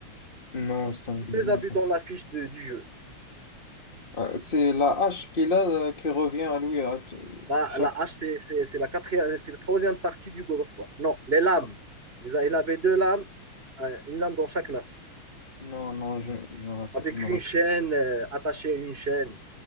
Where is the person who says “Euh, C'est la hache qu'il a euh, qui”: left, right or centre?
Left